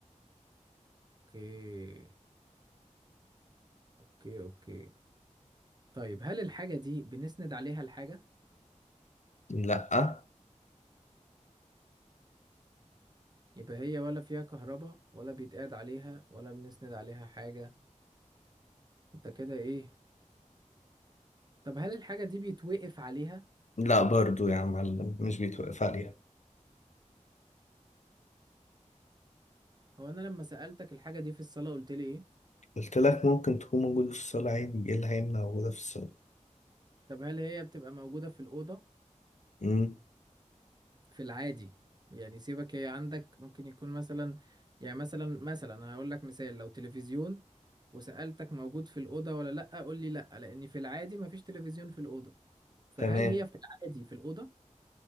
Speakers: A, on the right; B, on the left.
A: اوكي اوكي اوكي طيب هل الحاجة دي بنسند عليها الحاجة
B: لأ
A: يبقى هي ولا فيها كهرباء ولا بيتقعد عليها ولا بنسند عليها حاجة انت كده ايه طب هل الحاجة دي بيتوقف عليها
B: لأ برضو يا عم معلم مش بيتوقف عليها
A: هو انا لما سألتك الحاجة دي في الصالة قلت لي ايه
B: قلت لك ممكن تكون موجودة في الصالة عادي ايه اللي هيمنع وجودها في الصالة
A: طب هل هي بتبقى موجودة في الأوضة
B: امم
A: في العادي يعني سيبك هي عندك ممكن يكون مثلا يعني مثلا مثلا انا هقول لك مثال لو تلفزيون وسألتك موجود في الأوضة ولا لأ قول لي لأ لأن في العادي مفيش تلفزيون في الأوضة فهل
B: تمام
A: هي في العادي في الأوضة؟